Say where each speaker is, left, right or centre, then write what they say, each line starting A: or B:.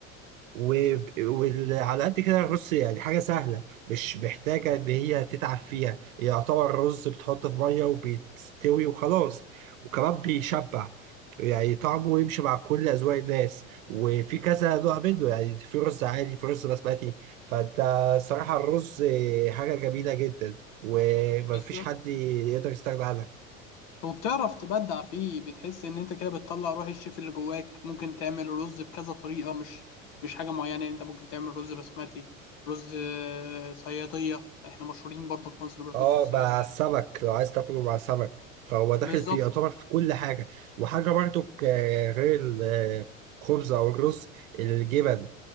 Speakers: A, on the right (about 75°); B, on the left (about 60°).
A: و- وعلى قد كده الرز يعني حاجة سهلة مش محتاجة إن هي تتعب فيها يعتبر رز بتحطه في مية وبيستوي وخلاص وكمان بيشبع يعني طعمه يمشي مع كل أذواق الناس وفي كذا نوع منه يعني في رز عادي في رز بسمتي فأنت صراحة الرز حاجة جميلة جدا ومفيش
B: بالظبط
A: حد يقدر يستغنى عنها
B: وبتعرف تبدع فيه بتحس إن أنت كده بتطلع روح الشيف اللي جواك ممكن تعمل رز بكذا طريقة مش مش حاجة معينة يعني أنت ممكن تعمل رز بسمتي رز آه، صيادية احنا مشهورين برضه في مصر بالرز
A: اه
B: الصيادية
A: مع السمك لو عايز تاكله مع سمك فهو داخل
B: بالظبط
A: في يعتبر في كل حاجه وحاجه برضو ك- غير الخبز او الرز الجبن